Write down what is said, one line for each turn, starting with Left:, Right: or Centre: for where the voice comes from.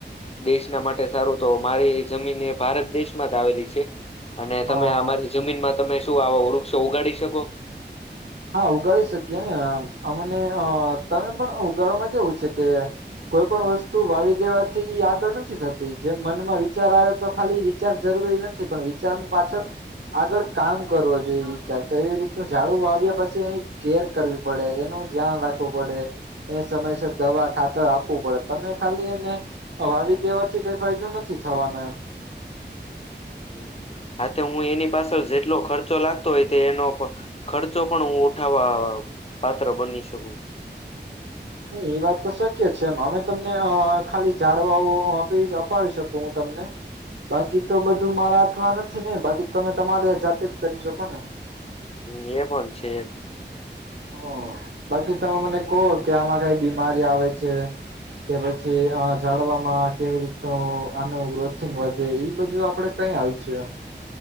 Left: દેશના માટે સારું તો મારી જમીન એ ભારત દેશમાં જ આવેલી છે. અને તમે
Right: હા હા
Left: આ મારી જમીનમાં તમે શું આો વૃક્ષો ઉગાડી શકો?
Right: હા ઉગાડી શકીએ ને અમને તમે પણ ઉગાડવામાં કેવું છે કે કોઈ પણ વસ્તુ વાવી દેવાથી ઇ આગળ નથી થતી જેમ મનમાં વિચાર આવે તો ખાલી વિચાર જરૂરી નથી. નથી પણ વિચાર પાછળ આગળ કામ કરવું જોઈએ વિચાર તો એવી રીતનું ઝાડું વાવ્યા પછી એની કેર કરવી પડે એનું ધ્યાન રાખવું પડે. એને સમયસર દવા ખાતર આપવું પડે તમે ખાલી એને આ વાવી દેવાથી કઈ ફાયદો નથી થવાનો એમ.
Left: હમ્મ. હા તો હું એની પાછળ જેટલો ખર્ચો લાગતો હોય તે એનો ખર્ચો પણ હું ઉઠાવવા પાત્ર બની શકું.
Right: નહી એ વાત તો શક્ય છે એમ અમે તમને અ ખાલી જાડવાઓ અપાવી શકું હું તમને. બાકી તો બધું મારા હાથમાં નથી ને બાકી તમે તમારે જાતે જ કરી શકો ને.
Left: હ એ પણ છે.
Right: હ બાકી તમે મને કહો કે આમાં કઈ બીમારી આવે છે. કે પછી આ જાળવામાં કેવી રીતનું આનું ગ્રોથિંગ વધે એ બધું આપડે કઈ હાલ છેમ?